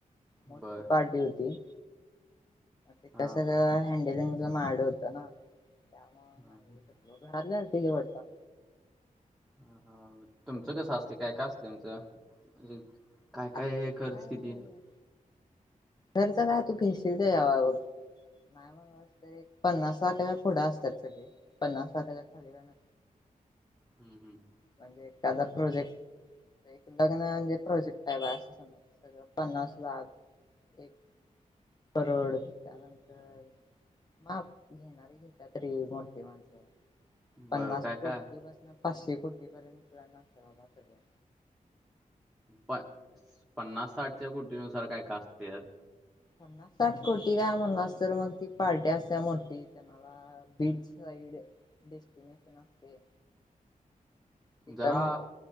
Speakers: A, on the left (about 30°); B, in the centre.
A: मोठी
B: बर
A: पार्टी होती. तिथल
B: हा
A: सगळं हँडलिंगच माझ्याकड होत ना त्यामुळे
B: हा-हा
A: न्हवं घरात नाही तिघे वाटतं.
B: हा-हा तुमचं कसं असते काय-काय असते तुमचं म्हजे काय-काय
A: आता काय
B: खर्च किती
A: खर्च का तू घेशील त्याच्यावं आहे बघ एक पन्नास लाखाच्या पुुढं असतात सगळे पन्नास लाखाला खालच्या काय नाय
B: हम्म-हम्म
A: म्हणजे एकादा प्रोजेक्ट एक लग्न म्हणजे प्रोजेक्ट आहे बा असं समज सगळ पन्नास लाख एक परवडत त्यानंतर माप घेणार घेत्यात रे मोठे माणसं पन्नास
B: बर काय-काय
A: कोटी पासून पाचशे कोटी पर्यंत प्लॅन असत बाबा सगळं
B: प पन्नास साठच्या कुटी नुसार काय-काय असते आज
A: पन्नास साठ कोटिला म्हणालास तर मग ती पार्टी असते मोठी त्यांमला बीच साईड डेस्टनेशन असते. तिथं
B: जरा
A: मग